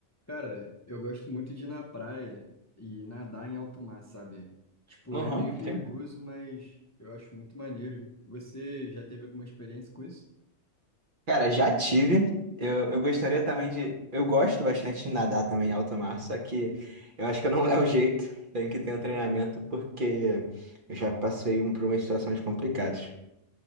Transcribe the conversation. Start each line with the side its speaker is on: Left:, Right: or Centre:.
Left: Cara, eu gosto muito de ir na praia e nadar em alto mar, sabe? Tipo,
Right: Aham,
Left: é meio perigoso,
Right: sim.
Left: mas eu acho muito maneiro. Você já teve alguma experiência com isso?
Right: Cara, já tive. Eu, eu gostaria também de. Eu gosto bastante de nadar também em alto mar, só que eu acho que eu não <laughs> levo jeito. Tenho que ter um treinamento porque eu já passei um, por umas situações complicadas.